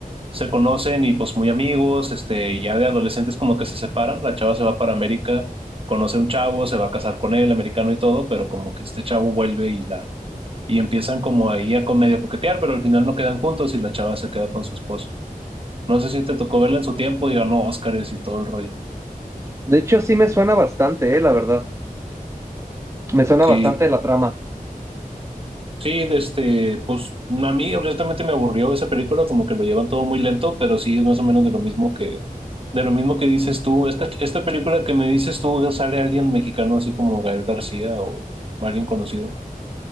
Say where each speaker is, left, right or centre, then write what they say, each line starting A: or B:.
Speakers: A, on the right; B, on the right.
A: se conocen y pues muy amigos, este, ya de adolescentes como que se separan, la chava se va para América, conoce a un chavo, se va a casar con él, americano y todo, pero como que este chavo vuelve y la, y empiezan como ahí a con medio coquetear, pero al final no quedan juntos y la chava se queda con su esposo. No sé si te tocó verla en su tiempo y ganó Óscares y todo el rollo.
B: De hecho, sí me suena bastante, eh, la verdad. Me suena
A: Sí,
B: bastante la trama.
A: Sí, este, pues a mí honestamente me aburrió esa película, como que lo llevan todo muy lento, pero sí es más o menos de lo mismo que, de lo mismo que dices tú. Esta, esta película que me dices tú, ¿sale alguien mexicano así como Gael García o alguien conocido?